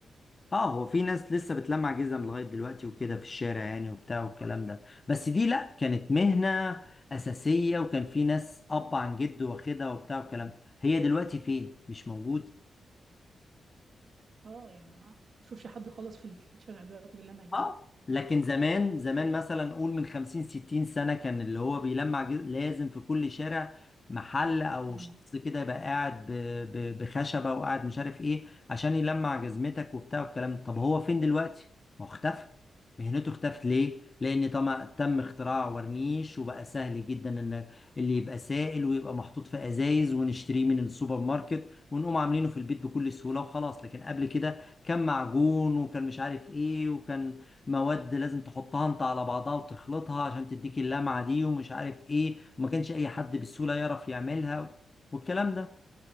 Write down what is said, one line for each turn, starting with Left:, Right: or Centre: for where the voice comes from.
Left: اه هو في ناس لسه بتلمع جزم لغاية دلوقتي وكده في الشارع يعني وبتاع والكلام ده بس دي لا كانت مهنة أساسية وكان في ناس أب عن جد واخدها وبتاع والكلام ده. هي دلوقتي فين مش موجود
Right: اه يعني أنا ما اشوفش حد خالص في الشارع دلوقتي بالله ما
Left: اه لكن زمان زمان مثلا قول من 50 60 سنة كان اللي هو بيلمع جز- لازم في كل شارع محل او
Right: امم
Left: شخص كده يبقى قاعد ب- ب- بخشبة وقاعد مش عارف ايه عشان يلمع جزمتك وبتاع والكلام ده طب هو فين دلوقتي؟ ما هو اختفى مهنته اختفت ليه؟ لأن طبعا تم اختراع ورنيش وبقى سهل جدا ان اللي يبقى سائل ويبقى محطوط في ازايز ونشتريه من السوبر ماركت ونقوم عاملينه في البيت بكل سهولة وخلاص لكن قبل كده كان معجون وكان مش عارف ايه وكان مواد لازم تحطها انت على بعضها وتخلطها عشان تديك اللمعة دي ومش عارف ايه وما كانش اي حد بالسهولة يعرف يعملها والكلام ده